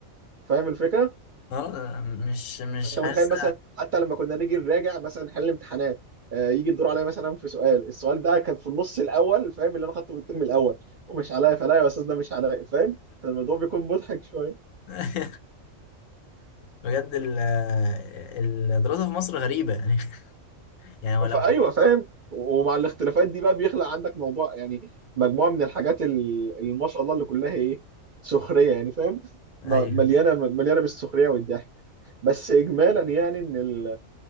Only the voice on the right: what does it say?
فاهم الفكره
فانت
متخيل مثلا حتى لما كنا نيجي نراجع مثلا نحل امتحانات آه، يجي الدور عليا مثلا في سؤال السؤال ده كان في النص الاول فاهم اللي انا خدته في الترم الاول ومش عليا فلا يا استاذ ده مش عليا فاهم كان الموضوع بيكون مضحك شويه
فايوه فاهم ومع الاختلافات دي بقى بيخلق عندك موضوع يعني مجموعه من الحاجات ال- اللي ما شاء الله اللي كلها ايه سخريه يعني فاهم م-
مليانه مليانه بالسخريه والضحك بس اجمالا يعني ان ال...